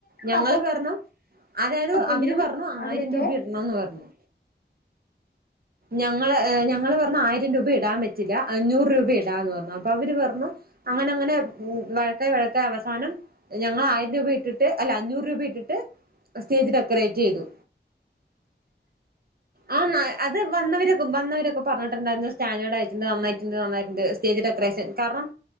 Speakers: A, on the right (about 55°); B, on the left (about 55°).
A: ഞങ്ങള്
B: സപ്പോർട്ട്
A: പറഞ്ഞു അതായത്
B: ചെയ്യും
A: അവര് പറഞ്ഞു
B: അവരൊക്കെ
A: ആയിരം രൂപ ഇടണംന്ന് പറഞ്ഞു. ഞങ്ങള് ഞങ്ങള് പറഞ്ഞ ആയിരം രൂപ എ മെച്ചില അഞ്ഞൂറ് രൂപ ഇടാന്ന് പറഞ്ഞു അപ്പൊ അവര് പറഞ്ഞു അങ്ങനെ അങ്ങനെ വഴക്ക വഴക്ക അവസാനം ഞങ്ങൾ ആയിരം രൂപ ഇട്ടിട്ട് അല്ല അഞ്ഞൂറ് രൂപ ഇട്ടിട്ട് സ്റ്റേജ് ഡെക്കറേറ്റ് ചെയ്തു ആ അത് വന്നവരൊക്കെ വന്നവരൊക്കെ പറഞ്ഞിട്ടുണ്ടായിരുന്നു സ്റ്റാൻഡേഡ് ആയിട്ടുണ്ട് നന്നായി ന്നായി സ്റ്റേജ് ഡെക്കറേഷൻ കാരണം